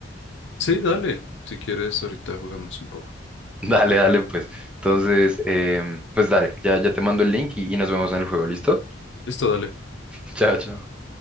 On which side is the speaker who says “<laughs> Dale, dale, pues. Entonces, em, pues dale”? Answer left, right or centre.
Centre